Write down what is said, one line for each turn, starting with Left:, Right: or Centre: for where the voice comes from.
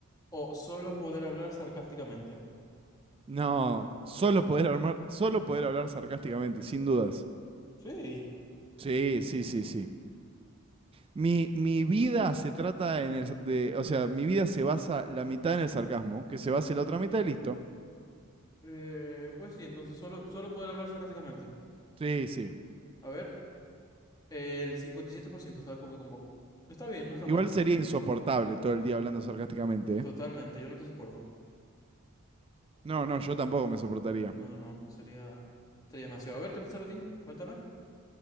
Left: o solo poder hablar sarcásticamente?
Right: No, solo poder armar, solo poder hablar sarcásticamente, sin dudas.
Left: Sí.
Right: Sí, sí, sí, sí. Mi, mi vida se trata en el, sa- de, o sea, mi vida se basa la mitad en el sarcasmo, que se basa la otra mitad y listo.
Left: Eh, pues sí, entonces solo, solo poder hablar sarcásticamente.
Right: Sí, sí.
Left: A ver, el 57% está de acuerdo con vos. Está bien, no está
Right: Igual
Left: mal.
Right: sería insoportable todo el día hablando sarcásticamente, ¿eh?
Left: Totalmente, yo no te soporto.
Right: No, no, yo tampoco me soportaría.
Left: No, no, no, sería, sería demasiado. A ver, ¿qué te sale a ti? Cuéntame.